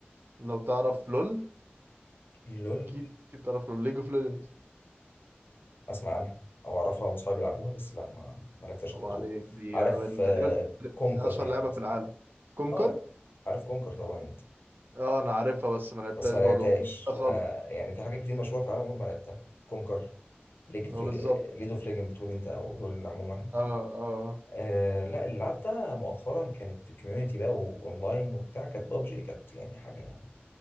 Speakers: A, on the right; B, on the left.
A: لو تعرف لول
B: لول
A: اكيد اكيد تعرف لول ليج اوف ليجندز
B: أسمع عنها أو أعرفها من صحابي بيلعبوها بس لا ما ما لعبتهاش
A: ما
B: خالص
A: عليك دي
B: عارف
A: آه، من
B: آه،
A: تقريبا
B: كونكر
A: اشهر
B: يعني
A: لعبه
B: مثلا
A: في العالم كونكر
B: اه عارف كونكر طبعا انت
A: اه انا عارفها بس ما لعبتهاش
B: بس ما لعبتهاش
A: برضه لا خالص
B: انا يعني في حاجات كتير مشهوره في العالم عمري ما لعبتها كونكر ليج
A: ما
B: اوف
A: بالظبط
B: ليج اوف ليجند بتقول انت او لول عموما
A: اه اه
B: آه لا اللي لعبتها مؤخرا كانت في كوميونتي بقى واونلاين وبتاع كانت بابجي كانت يعني حاجه